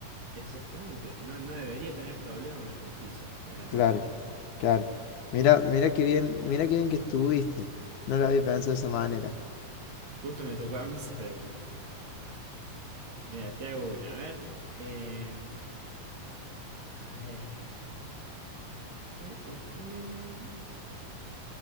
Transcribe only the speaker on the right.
Exactamente, no, no debería tener problema con la justicia en algún
momento.
Justo me tocó a mí esa pregunta. Mira, te hago una. A ver, em, A ver. Eh, eh, em.